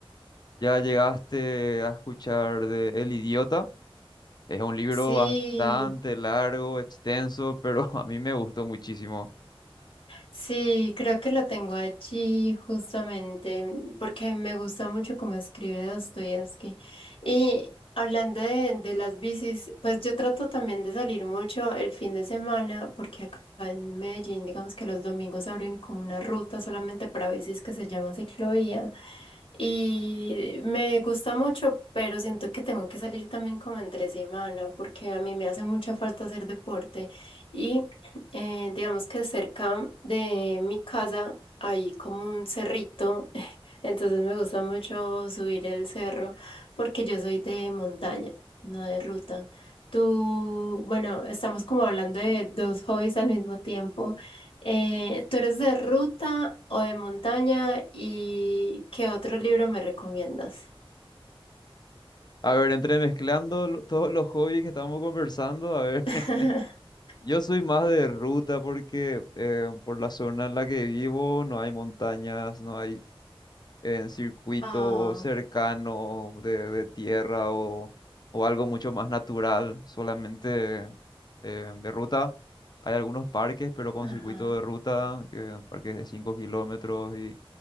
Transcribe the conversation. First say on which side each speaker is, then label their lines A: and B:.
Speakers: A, on the left; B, on the left.
A: ya llegaste a escuchar de El Idiota. Es un libro
B: Sí.
A: bastante largo, extenso, pero <laughs> a mí me gustó muchísimo.
B: Sí, creo que lo tengo allí justamente mm, porque me gusta mucho cómo escribe Dostoyevsky. Y hablando de, de las bicis, pues yo trato también de salir mucho el fin de semana porque acá en Medellín, digamos que los domingos abren como una ruta solamente para bicis que se llama ciclovía. Y me gusta mucho, pero siento que tengo que salir también como entre semana porque a mí me hace mucha falta hacer deporte. Y eh, digamos que cerca de mi casa hay como un cerrito, <laughs> entonces me gusta mucho subir el cerro porque yo soy de montaña, no de ruta. Tú, bueno, estamos como hablando de dos hobbies al mismo tiempo. Eh, ¿tú eres de ruta o de montaña? ¿Y qué otro libro me recomiendas?
A: A ver, entremezclando lo- todos los hobbies que estamos conversando, a ver,
B: <laughs>
A: <laughs> yo soy más de ruta porque eh, por la zona en la que vivo no hay montañas, no hay en circuito
B: Ah,
A: cercano de, de tierra o, o algo mucho más natural, solamente eh, de ruta. Hay algunos parques, pero con
B: ajá,
A: circuito de ruta, que- parques de 5 kilómetros y